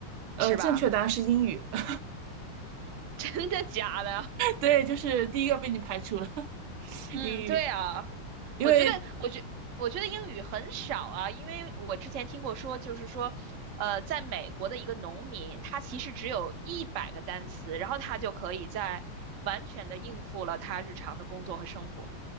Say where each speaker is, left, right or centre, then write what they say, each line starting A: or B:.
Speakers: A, on the right (about 80°); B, on the right (about 55°).
A: 呃，
B: 是吧？
A: 正确答案是英语。<laughs>
B: <laughs> 真的假的？
A: 对，就是第一个被你排除了 <laughs>，
B: 嗯，
A: 英语，
B: 对啊，
A: 因为
B: 我觉得，我觉，我觉得英语很少啊，因为我之前听过说，就是说，呃，在美国的一个农民，他其实只有一百个单词，然后他就可以在完全的应付了他日常的工作和生活。